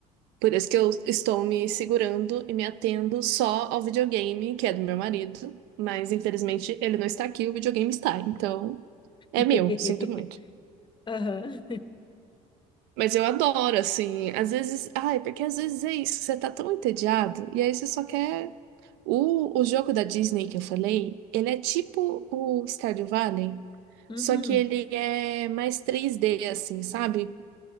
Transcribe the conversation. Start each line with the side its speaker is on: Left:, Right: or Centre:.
Right: Por isso que eu estou me segurando e me atendo só ao videogame, que é do meu marido. Mas infelizmente ele não está aqui, o videogame está. Então, é
Left: <laughs>
Right: meu, sinto muito.
Left: Aham.
Right: Mas eu adoro, assim. Às vezes. Ai, porque às vezes é isso. Você tá tão entediado. E aí você só quer. O, o jogo da Disney que eu falei, ele é tipo o Stardew Valley.
Left: Uhum,
Right: Só que ele é mais 3D, assim, sabe?